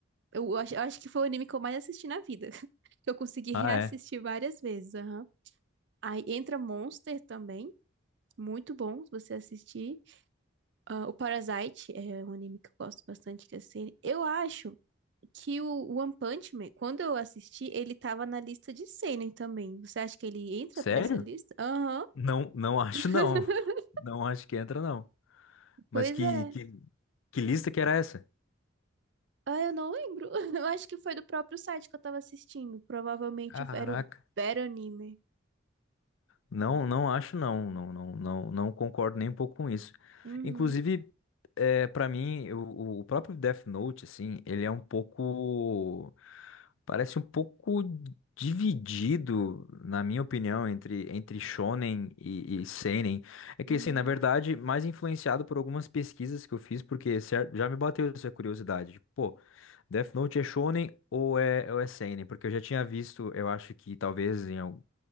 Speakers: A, on the right (about 60°); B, on the left (about 80°).
A: Eu acho, eu acho que foi o anime que eu mais assisti na vida, <laughs> que eu consegui reassistir
B: Ah, é?
A: várias vezes, aham. Aí entra Monster também, muito bom se você assistir. Ah, o Parasite é um anime que eu gosto bastante de seinen. Eu acho que o One Punch Man, quando eu assisti, ele tava na lista de seinen também. Você acha que ele entra
B: Sério?
A: pra essa lista? Aham.
B: Não, não <laughs> acho
A: <laughs>
B: não. Não acho que entra não. Mas
A: Pois
B: que
A: é.
B: que, que lista que era essa?
A: Ah, eu não lembro. <laughs> Eu acho que foi do próprio site que eu tava assistindo. Provavelmente
B: Caraca.
A: era o Better Anime.
B: Não, não acho não, não, não, não, não concordo nem um pouco com isso.
A: Uhum,
B: Inclusive, é, para mim, o, o próprio Death Note, assim, ele é um pouco, parece um pouco dividido, na minha opinião, entre, entre shonen e, e seinen. É que,
A: uhum,
B: assim, na verdade, mais influenciado por algumas pesquisas que eu fiz, porque cer- já me bateu essa curiosidade. Tipo, Pô, Death Note é shonen ou é, ou é seinen? Porque eu já tinha visto, eu acho que talvez em algum